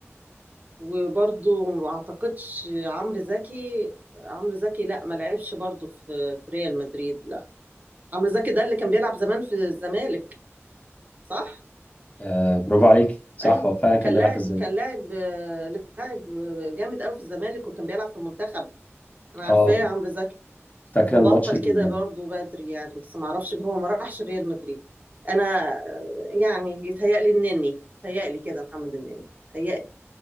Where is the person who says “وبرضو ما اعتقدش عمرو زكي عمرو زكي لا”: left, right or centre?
Right